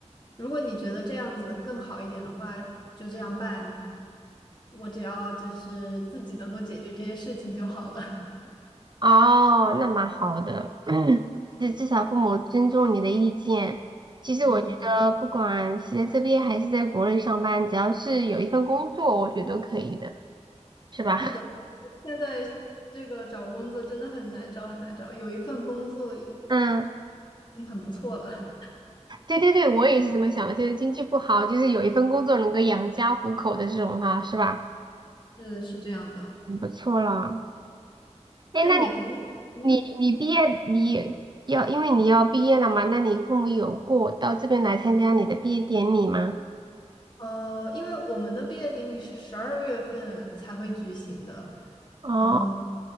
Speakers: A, on the left; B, on the right.
A: 如果你觉得这样子更好一点的话，就这样办。我只要就是自己能够解决这些事情就好了。<laughs>
B: 哦，那蛮好的，<clears throat> 至至少父母尊重你的意见。其实我觉得，
A: 嗯，
B: 不管是在这边还是在国内上班，只要是有一份工作，我觉得都可以的，是吧？<laughs>
A: 是的，现在这个找工作真的很难找，很难找。有一份工作。
B: 嗯，
A: 已经很不错了，
B: 对对对，我也是这么想的。现在经济不好，就是有一份工作能够养家糊口的这种哈，是吧？
A: <laughs> 是是这样的。
B: 很不错了。哎，
A: 那你和
B: 那
A: 嗯
B: 你你你毕业你要，因为你要毕业了嘛，那你父母有过到这边来参加你的毕业典礼吗？
A: 呃，因为我们的毕业典礼是十二月份才会举行的，
B: 哦。
A: 呃，